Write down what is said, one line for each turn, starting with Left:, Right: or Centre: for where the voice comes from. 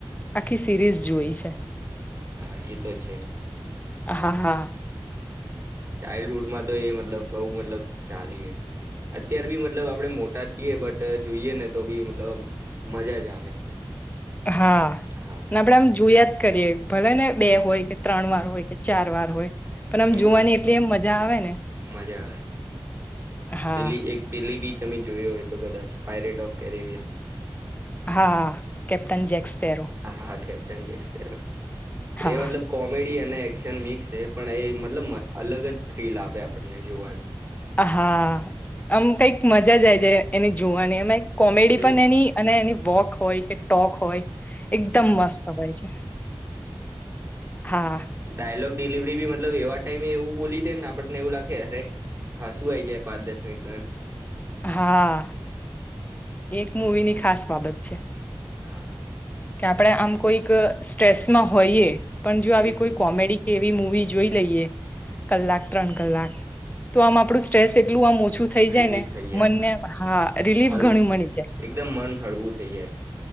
Left: આખી સિરીઝ જોઈ છે.
Right: હા એ તો છે.
Left: હા હા
Right: ચાઇલ્ડહુડમાં તો એ મતલબ બઉ મતલબ ચાલી અત્યાર બી મતલબ આપડે મોટા છીએ, બટ જોઈએ ને તો બી મતલબ મજા જ આવે.
Left: હા.
Right: હા
Left: આપડે આમ જોયા જ કરીએ, ભલેને બે હોય કે ત્રણ વાર હોય કે, ચાર વાર હોય. પણ આમ
Right: હમ
Left: જોવાની એટલી એમ મજા આવે ને.
Right: મજા આવે
Left: હા
Right: પેલી એક પેલી બી તમે જોયો હોય તો કદાચ પાયરેટ ઓફ કેરેવિયન
Left: હા કેપ્ટન જેક્સપેરો
Right: હા હા કેપ્ટન જેક્સપિયર
Left: હા
Right: એ મતલબ કોમેડ ડી અને એશન મિક્સ છે. પણ એ મતલબ અલગ જ થ્રીલ આપે આપને જોવાનું
Left: હા આમ કઈક મજા જ આઇ જઈ, એને જોવાની અમાં કોમેડી
Right: હમ
Left: પણ એની અને એની વોક હોય કે ટોક હોય, એકદમ મસ્ત હોય છે. હા
Right: ડાયલો ડિલિવરી બી મતલબ એવા ટાઈમે એવું બોલી દે ને, આપણને એવું લાગે અરે હા શું આવી જાય પાંચ દસ મિનિટ દન
Left: હા એક મુવી ની ખાસ બાબત છે.
Right: હા.
Left: કે આપણે આમ કોઈક સ્ટ્રેસમાં હોઈએ, પણ જો
Right: હમ
Left: આવી
Right: હમ
Left: કોઈ કોમેડી કે એવી મુવી જોઈ લઈએ. કલાક ત્રણ કલાક તો આમ આપડું સ્ટ્રેસ એટલું આમ ઓછું થઈ
Right: રિલીઝ
Left: જાય ને,
Right: થઈ જાય
Left: મનનેમ હા, રિલીફ
Right: હલવું
Left: ઘણી મળી જાય.
Right: એકદમ મન હળવું થઈ જાય.